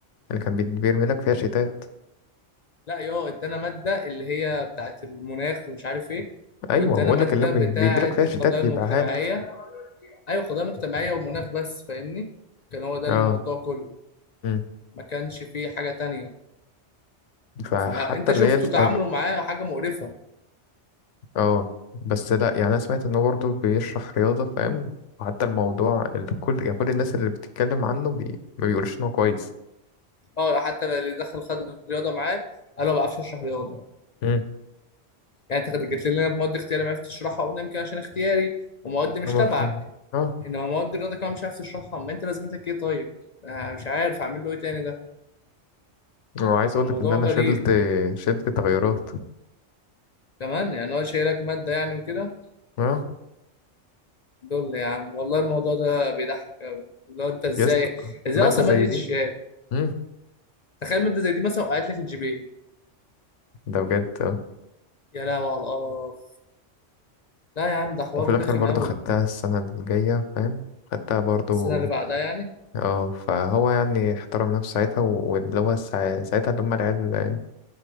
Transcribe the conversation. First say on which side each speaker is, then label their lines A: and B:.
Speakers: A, on the left; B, on the left.
A: اللي كان بي- بيرمي لك فيها شيتات
B: لا يا ادانا ماده اللي هي بتاعت المناخ ومش عارف ايه
A: أيوة
B: وادانا
A: بقول
B: ماده
A: لك اللي بي-
B: بتاعت
A: بيديلك فيها
B: القضايا
A: شيتات بيبيعها
B: المجتمعيه
A: لك
B: ايوه قضيه مجتمعيه ومناخ بس فاهمني كان هو ده
A: اه
B: الموضوع كله
A: مم.
B: ما كانش فيه حاجه تانية
A: فحتى
B: فانت
A: اللي
B: شفته
A: هي الت-
B: تعامله معاه حاجه مقرفه
A: اه بس لأ يعني أنا سمعت إنه برضو بيشرح رياضة فاهم وحتى الموضوع اللي كل يعني كل الناس اللي بتتكلم عنه بي... ما بيقولوش إن هو كويس
B: اه حتى اللي دخل خد رياضه معاه قال له ما بعرفش اشرح رياضه
A: مم.
B: يعني انت جيت لنا في مواد اختياري ما عرفتش تشرحها قلنا يمكن عشان اختياري ومواد مش
A: هما
B: تبعك
A: فاهم اه
B: انما مواد الرياضه كمان مش عارف تشرحها ما انت لازمتك ايه طيب آه مش عارف اعمل له ايه تاني ده
A: وعايز اقول
B: موضوع
A: لك ان انا
B: غريب
A: شلت شلت تغيرات
B: كمان يعني هو شايلك ماده يعني وكده
A: اه
B: دول يا عم والله الموضوع ده بيضحك قوي لو انت ازاي
A: يس
B: ازاي
A: ماده
B: اصلا
A: زي
B: ما اديتش
A: دي امم
B: تخيل مادة زي دي مثلا وقعت لك الجي بي اي،
A: ده بجد آه.
B: يا لهوي على القرف لا يا عم ده حوار
A: وفي الاخر
B: رخم
A: برضه
B: قوي
A: خدتها السنه الجايه فاهم خدتها برضه
B: السنة اللي بعدها يعني
A: اه فهو يعني احترم نفسه ساعتها و- واللي هو سا- ساعتها لما العيال